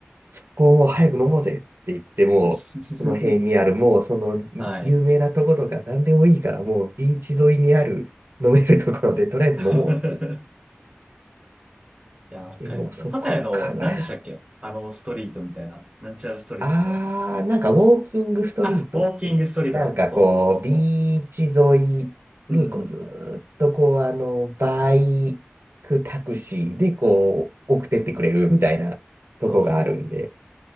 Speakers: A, on the right; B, on the right.
A: う、そこをもう早く飲もうぜって言って、もう、
B: <laughs>
A: この辺にある、もうその有名なとことか何でもいいから、
B: はい。
A: もうビーチ沿いにある飲めるところで、とりあえず飲もうって
B: <laughs> いやー、わかりますよ。
A: 言って、もうそこから、
B: パタヤの、何でしたっけあの、
A: <laughs>
B: ストリートみたいな。なんちゃらストリートみたいな。
A: あー、なんかウォーキングストリートって言って、
B: あ、ウォーキングストリートだ。
A: なんかこう、
B: そうそうそうそ
A: ビーチ沿いにこうずーっとこう、
B: う。うん。
A: あの、バイクタクシーでこう、送ってってくれるみたいなとこがあるんで、
B: そうですね。